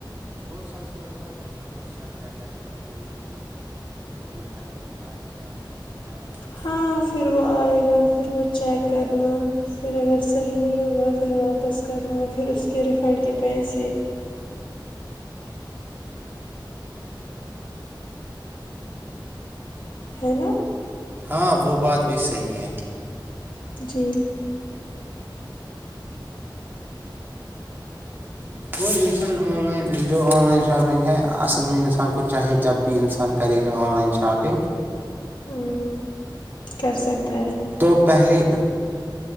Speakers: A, on the right; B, on the left.
A: اور سب سے بڑی بات انسان کو شک رہتا ہے کہ جو میں نے خریدا ہے وہ آئے گا نہیں آئے گا
B: ہاں پھر وہ آئے گا پھر وہ چیک کرنا پھر اگر صحیح نہیں ہوگا پھر واپس کرنا پھر اس کے ریفنڈ کے پیسے ہے نا
A: ہاں وہ بات بھی صحیح ہے
B: جی
A: اور انسان آن لائن جو آن لائن شاپنگ ہے اصل میں انسان کو چاہے جب بھی انسان کرے گا آن لائن شاپنگ
B: ہمم کر سکتے ہیں
A: تو پہلے